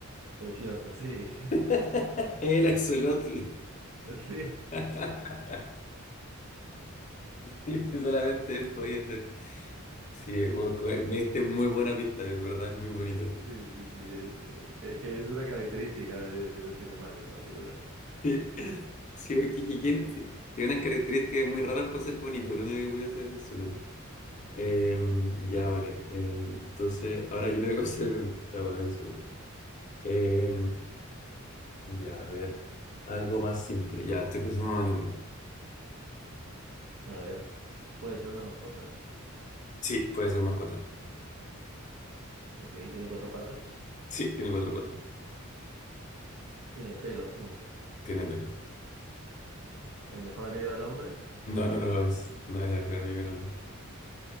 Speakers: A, on the right; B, on the left.
A: precioso, sí.
B: <laughs> El axolotl.
A: <laughs> Sí.
B: <laughs> Sí, solamente él podía hacer. Sí, bueno, cu- me diste muy buena pista, de verdad, es muy bonito. <laughs>
A: Sí, sí, sí. Es, es que es una característica de, de ese animal en particular.
B: Sí, sí, porque dije, ¿quién t- tiene unas características muy raras para ser bonito? Lo único que podía hacer es axolotl. Eh, ya, vale. Eh, entonces, ahora yo tengo que hacer. uno. Está bueno, axolotl. Eh, Ya, a ver. Algo más simple. Ya, estoy pensando en un animal.
A: A ver, puede ser una mascota.
B: Sí, puede ser mascota.
A: Ok, tiene cuatro patas.
B: Sí, tiene cuatro patas.
A: Tiene pelo, asumo.
B: Tiene pelo.
A: El mejor amigo del hombre.
B: No, no, no lo es. No es la mejor amiga. No,